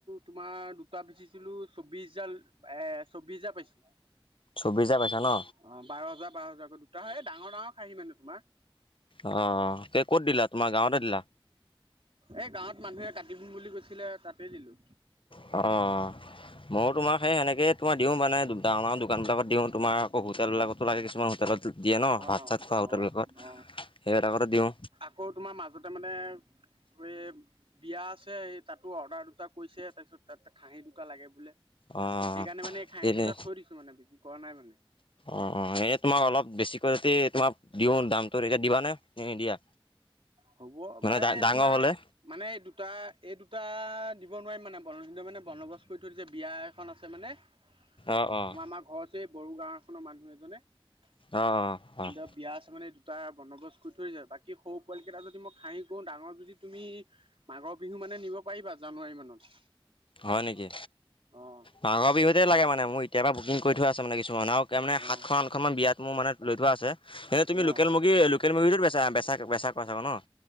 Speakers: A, on the right (about 85°); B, on the left (about 70°).
A: তোমাৰ দুটা বেচিছিলোঁ চৌব্বিচজাৰ এ চৌবিশ হাজাৰ পাইছোঁ। অ',
B: চৌবিছ হাজাৰ কৈছা ন?
A: বাৰ হাজাৰ, বাৰ হাজাৰকৈ দুটা হে ডাঙৰ ডাঙৰ খাহি মানে তোমাৰ
B: অ', কেই ক'ত দিলা তোমাৰ গাঁৱতে দিলা?
A: এই গাঁৱত মানুহে কাটিম বুলি কৈছিলে তাতে দিলোঁ।
B: অ' ময়ো তোমাৰ সেই সেনেকে তোমাৰ দিওঁ মানে ডাঙৰ, ডাঙৰ দোকান বিলাকত দিওঁ তোমাৰ অ' হোটেলবিলাকতো লাগে কিছুমান হোটেলত দিয়ে ন
A: অ
B: ভাত চাত খোৱা হোটেলবিলাকত,
A: অ অ
B: সেইবিলাকতো দিওঁ।
A: আকৌ তোমাৰ মাজতে মানে এই বিয়া আছে তাতো অৰ্ডাৰ দুটা কৰিছে তাৰপিছত তাত খাহি দুটা লাগে বোলে।
B: অ'।
A: সেইকাৰণে মানে এই খাহি
B: তেনে
A: দুটা থৈ দিছো মানে বিক্ৰী কৰা নাই মানে।
B: অ', অ' এই তোমাক অলপ বেছিকৈ যদি তোমাক দিওঁ দামটো তেতিয়া দিবানে নিদিয়া?
A: হ'ব <unintelligible>
B: মানে ডা ডাঙৰ
A: তোমাৰ
B: হ'লে
A: মানে এই দুটা, এই দুটা দিব নোৱাৰিম মানে। <unintelligible> মানে বন্দবচ কৰি থৈছে বিয়া এখন আছে মানে। তোমাৰ
B: অ', অ',
A: আমাৰ ঘৰ আছে এই বড়ো গাঁও এখনৰ মানুহ এজনে এতিয়া
B: অ', অ', অ',
A: বিয়া আছে মানে দুটা বন্দবস্ত কৰি থৈ দিছে বাকী সৰু পোৱালিকেইটা যদি মই খাহি কৰো, ডাঙৰ যদি তুমি মাঘৰ বিহু মানে নিব পাৰিবা জানুৱাৰী মানত।
B: হয় নেকি
A: অ',
B: মাঘৰ বিহুতে লাগে মানে মোৰ এতিয়াৰ পৰা বুকিং কৰি থোৱা আছে মানে কিছুমানক মানে
A: অ',
B: সাতখন আঠখনমান বিয়াত মোৰ মানে লৈ থোৱা আছে। এনে তুমি
A: অ',
B: লোকেল মুৰ্গী, লোকেল মুৰ্গীটো বেচা বেচা বেচা <unintelligible>